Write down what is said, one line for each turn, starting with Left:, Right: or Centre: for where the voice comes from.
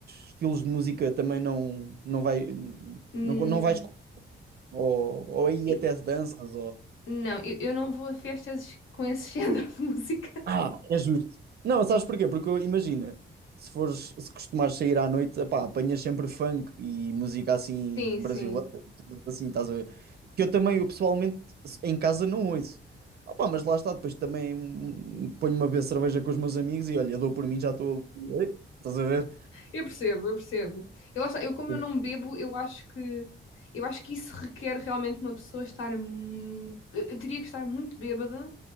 Right: estilos de música também não, não vai,
Left: Hum,
Right: não, não vais, ou, ou aí
Left: e-
Right: até se danças,
Left: não, eu, eu não vou a festas com esse <laughs> género de música.
Right: Ah, é justo. Não, sabes porquê? Porque eu- imagina, se fores, se costumares sair à noite, epá, apanhas sempre funk e música assim
Left: Sim, sim.
Right: brasileira, tipo assim, estás a ver? Que eu também, eu pessoalmente, se- em casa não ouço. Ah, pá, mas lá está, depois também hum, ponho uma vez cerveja com os meus amigos e olha, dou por mim, já estou ali. Estás a ver?
Left: Eu percebo, eu percebo. Eu, lá eu como
Right: Uhum,
Left: eu não bebo, eu acho que eu acho que isso requer realmente uma pessoa estar mu- eu eu teria que estar muito bêbada